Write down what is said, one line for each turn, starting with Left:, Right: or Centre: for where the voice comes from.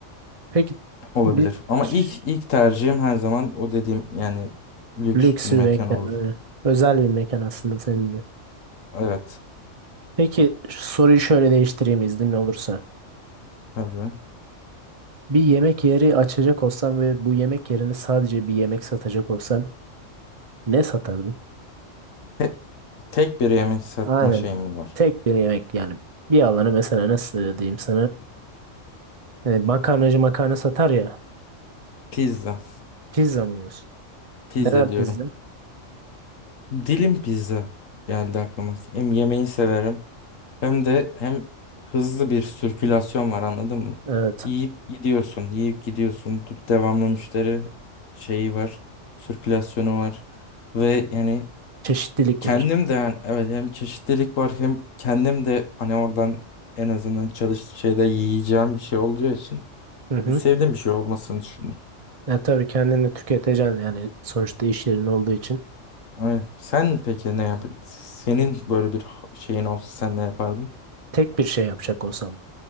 Right: Peki
Left: olabilir.
Right: bir
Left: Ama
Right: ş-
Left: ilk ilk tercihim her zaman o dediğim yani lüks
Right: lüks
Left: bir mekan
Right: bir mekan
Left: olur.
Right: öyle. Özel bir mekan aslında senin de.
Left: Evet
Right: Peki soruyu şöyle değiştireyim iznin olursa.
Left: tabii.
Right: Bir yemek yeri açacak olsan ve bu yemek yerinde sadece bir yemek satacak olsan ne satardın?
Left: Te- tek bir yemek satma
Right: Aynen.
Left: şeyim var.
Right: Tek bir yemek yani. Bir alana mesela nasıl diyeyim sana? E, makarnacı makarna satar ya.
Left: Pizza.
Right: Pizza mı diyorsun?
Left: Pizza
Right: Neden
Left: diyorum.
Right: pizza?
Left: Dilim pizza geldi aklıma. Hem yemeği severim hem de hem hızlı bir sirkülasyon var anladın mı?
Right: Evet.
Left: Yiyip gidiyorsun, yiyip gidiyorsun. Devamlı müşteri şeyi var, sirkülasyonu var ve yani
Right: Çeşitlilik
Left: kendim
Right: var.
Left: de yani evet hem çeşitlilik var hem kendim de hani oradan en azından çalış şeyde yiyeceğim bir şey olacağı için
Right: Hı hı.
Left: sevdiğim bir şey olmasını düşündüm.
Right: Ya tabii kendini tüketeceksin yani sonuçta iş yerin olduğu için.
Left: Evet. Sen peki ne yap? Senin böyle bir şeyin olsa sen ne yapardın?
Right: Tek bir şey yapacak olsam.